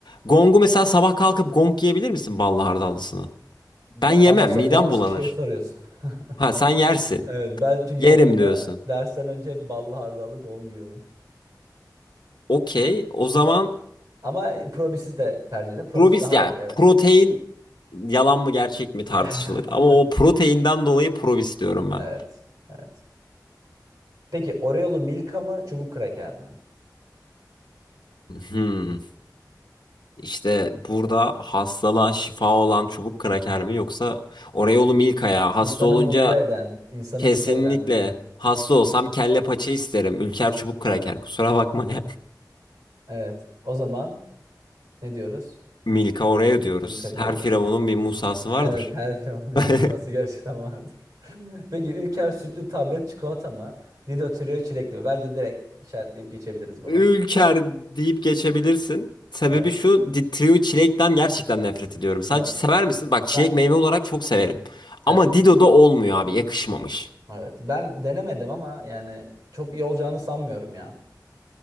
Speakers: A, on the left; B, on the right.
A: Gong'u mesela sabah kalkıp Gong yiyebilir misin ballı hardallısını? Ben
B: Ba-
A: yemem.
B: Bana sor,
A: Midem
B: yanlış
A: bulanır.
B: kişiye soruyorsun. <laughs>
A: Ha sen yersin.
B: Evet ben çünkü
A: Yerim
B: okulda
A: diyorsun.
B: dersten önce hep ballı hardallı gong yiyorum.
A: Okey. O zaman
B: Ama probisi de tercih ederim. Probis
A: Probis
B: daha
A: yani
B: iyi evet.
A: protein
B: Yani.
A: yalan mı gerçek mi tartışılır.
B: <laughs>
A: Ama o proteinden dolayı Probis diyorum ben.
B: Evet. Evet. Peki Oreo'lu Milka mı çubuk kraker mi?
A: Hmm. İşte burada hastalığa şifa olan çubuk kraker mi yoksa Oreo'lu Milka ya. Hasta
B: İnsanı
A: olunca
B: mutlu eden, insanı
A: kesinlikle
B: mutlu eden mi?
A: hasta olsam kelle paça isterim. Ülker çubuk kraker kusura bakma ya.
B: Evet. O zaman ne diyoruz?
A: <laughs> Milka Oreo diyoruz.
B: Milka diyoruz.
A: Her firavunun bir Musa'sı vardır.
B: Evet her firmanın bir
A: <laughs>
B: masası gerçekten vardır. <laughs> Peki Ülker sütlü tablet çikolata mı? Dido Trio çilekli mi? Bence direkt işaretleyip geçebiliriz bunu.
A: Ülker deyip geçebilirsin. Sebebi
B: Evet.
A: şu, di- Trio çilekten gerçekten nefret ediyorum. Sen
B: Evet.
A: ç- sever misin? Bak
B: Ben,
A: çilek meyve olarak çok severim.
B: evet.
A: Ama Dido'da olmuyor abi, yakışmamış.
B: Evet. Ben denemedim ama yani çok iyi olacağını sanmıyorum ya.